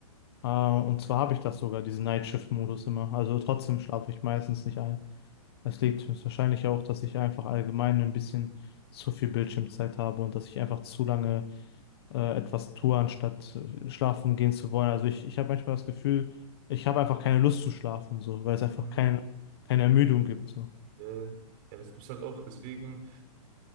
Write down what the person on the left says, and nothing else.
Äh, und zwar habe ich das sogar, diesen Nightshift-Modus immer. Also trotzdem schlafe ich meistens nicht ein. Es liegt wahrscheinlich auch, dass ich einfach allgemein ein bisschen zu viel Bildschirmzeit habe und dass ich einfach zu lange äh, etwas tue, anstatt äh, schlafen gehen zu wollen. Also ich, ich habe manchmal das Gefühl, ich habe einfach keine Lust zu schlafen, so, weil es einfach
keine, keine Ermüdung gibt. So.